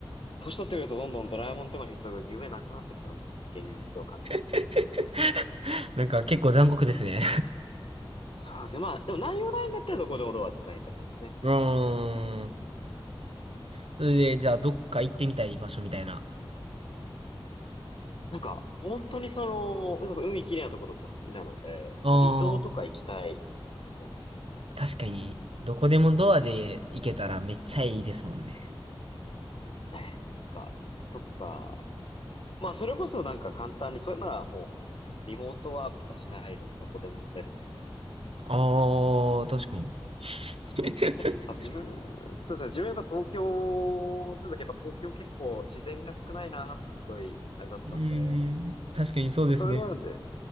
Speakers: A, on the left; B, on the right.
A: 年取ってくるとどんどんドラえもんとかに必要夢なくなってきちゃうんですけど、現実を考える
B: <laughs> なんか結構残酷ですね。
A: と。そうなんですけまあ、でも何もないんだったらどこでもドア使いたいですね。
B: うーん。それで、じゃあどっか行ってみたい場所みたいな。
A: なんか、本当にその、それこそ海きれいなとことか好きなので、
B: ああ、
A: なんか離島とか行きたいですね、全
B: 確かに、どこでもドアで行けたらめっちゃいいですもんね。
A: 然。え、なんか、とか、まあ、それこそなんか簡単に、それならもう、リモートワークとかしないでもどこでも住める。
B: ああ、確かに。<laughs>
A: ただ自分、そうですね、自分やっぱ東京住んだけど、やっぱ東京結構自然が少ないなってすごい、あれだったんで、
B: うーん、
A: や
B: 確かにそうですね。
A: っぱそれもあるんで、